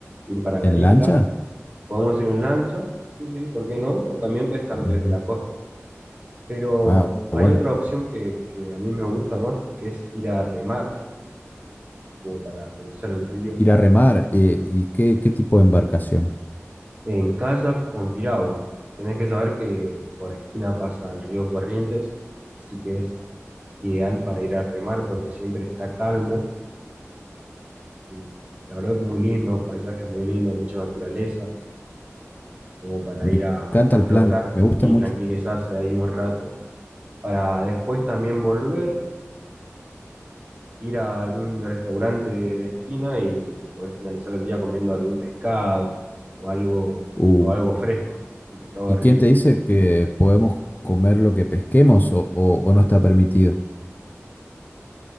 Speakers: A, on the right; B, on the left.
A: ir para la
B: ¿En
A: isla.
B: lancha?
A: Podemos ir en lancha, sí, sí, ¿por qué no? O también pescar desde
B: Ujú.
A: la costa. Pero
B: Ah,
A: hay
B: bueno.
A: otra opción que, que a mí me gusta más, que es ir a remar, como para conocer el río,
B: ir a remar eh, y qué, qué tipo de embarcación.
A: en kayak o en piragua. Tenés que saber que por esquina pasa el río Corrientes, así que es ideal para ir a remar porque siempre está calmo y la verdad es muy lindo, paisaje muy lindo, mucha naturaleza, como para
B: Me
A: ir a,
B: encanta
A: a
B: el
A: flotar
B: plan, me gusta
A: y
B: mucho.
A: tranquilizarse ahí un rato, para después también volver, ir a algún restaurante de esquina y, y poder finalizar el día comiendo algún pescado o algo,
B: Uh,
A: o algo fresco, un pescado
B: ¿y
A: de río.
B: quién te dice que podemos comer lo que pesquemos o, o- o no está permitido?